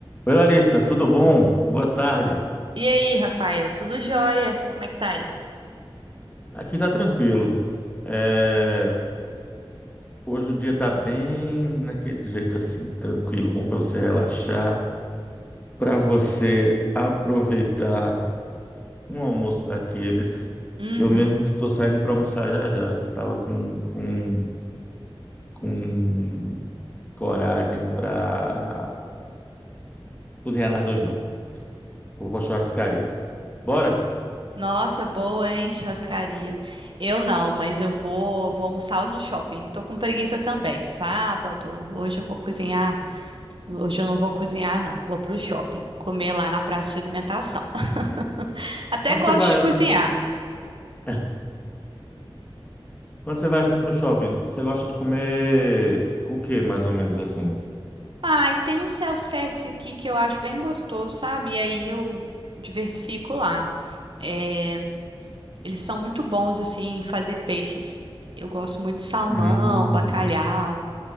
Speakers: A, on the left; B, on the right.
A: Oi, Larissa, tudo bom? Boa tarde.
B: E aí, Rafael, tudo jóia? Como é que tá aí?
A: Aqui tá tranquilo. É, Hoje o dia tá bem naquele jeito assim, tranquilo, bom para você relaxar, para você aproveitar um almoço daqueles.
B: Uhum.
A: Eu mesmo estou saindo para almoçar já já, não estava com, com, com coragem para cozinhar nada hoje não. Vou para churrascaria. Bora?
B: Nossa, boa, hein? Churrascaria. Eu não, mas eu vou, vou almoçar no shopping. Tô com preguiça também. Sábado, hoje eu vou cozinhar. Hoje eu não vou cozinhar, não. Vou pro shopping, comer lá na praça de alimentação. <laughs> Até
A: Quando
B: gosto
A: você vai
B: de cozinhar.
A: assim? <laughs> Quando você vai assim pro shopping, você gosta de comer o que mais ou menos assim?
B: Ah, e tem um self-service aqui que eu acho bem gostoso, sabe? E aí eu diversifico lá. É, Eles são muito bons assim em fazer peixes. Eu gosto muito de salmão,
A: Hum.
B: bacalhau.